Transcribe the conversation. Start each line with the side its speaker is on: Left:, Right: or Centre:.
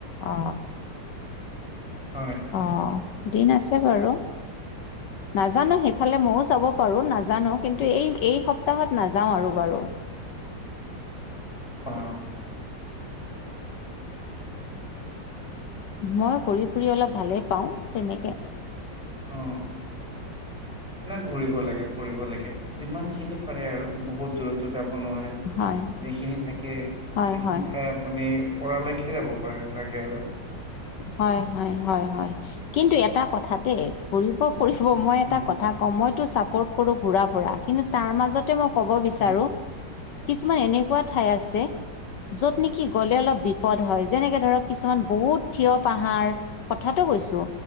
Left: অ
Centre: হয়,
Left: অ দিন আছে বাৰু
Centre: <inaudible>
Left: নাজানো সেইফালে মইও যাব পাৰো নাজানো কিন্তু এই এই সপ্তাহত নাযাওঁ আৰু বাৰু।
Centre: অ
Left: মই ঘূৰি ফুৰি অলপ ভালেই পাওঁ, তেনেকে
Centre: অহ না ঘুৰিব লাগে, ফুৰিব লাগে, যিমান খিনি পাৰে আৰু বহুত দূৰতো যাব নোৱাৰে
Left: হয়
Centre: যিখিনি থাকে,
Left: হয়
Centre: যিখিনি
Left: হয়
Centre: ঠাই আপুনি পৰা লৈকে যাব পাৰে লাগে আৰু
Left: হয় হয় হয় হয়, কিন্তু এটা কথা দেই ঘুৰিব ফুৰিব মই
Centre: উম,
Left: এটা কথা কওঁ, মইতো চাপৰ্ট কৰো ঘুৰা ফুৰা কিন্তু তাৰ মাজতে মই ক'ব বিচাৰো,
Centre: উম,
Left: কিছুমান এনেকোৱা ঠাই আছে, যত নেকি গ'লে অলপ বিপদ হয় যেনেকে ধৰক- কিছুমান বহুত থিয় পাহাৰ, কথাটো কৈছো